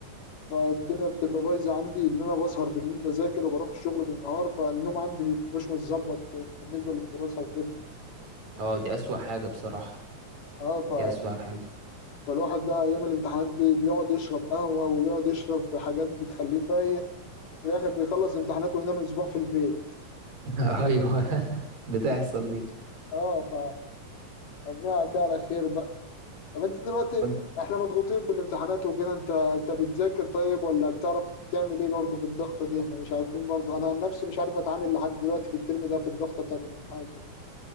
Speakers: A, on the left; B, on the right.
A: فالدنيا بتبقى بايظه عندي ان انا بسهر بالليل بذاكر وبروح الشغل بالنهار فالنوم عندي ما بيبقاش متظبط في- بالنسبه للدراسه وكده
B: اه دي أسوأ حاجة بصراحة
A: اه
B: دي
A: ف...
B: أسوأ حاجة
A: فالواحد ده ايام الامتحانات بي... بيقعد يشرب قهوه ويقعد يشرب في حاجات بتخليه فايق وفي الاخر بيخلص امتحاناته وينام اسبوع في البيت
B: <laughs> أيوه بتحصل دي
A: اه ف ربنا يعدي على خير بقى طب انت دلوقتي
B: كنت
A: احنا مضغوطين في الامتحانات وكده انت انت بتذاكر طيب ولا بتعرف تعمل ايه برضه في الضغطه دي احنا مش عارفين برضه انا عن نفسي مش عارف اتعامل لحد دلوقتي في الترم ده في الضغطه بتاعت الامتحانات دي